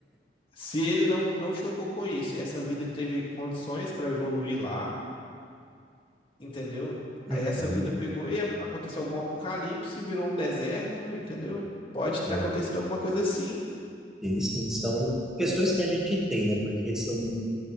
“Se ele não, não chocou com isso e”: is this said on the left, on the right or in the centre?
Left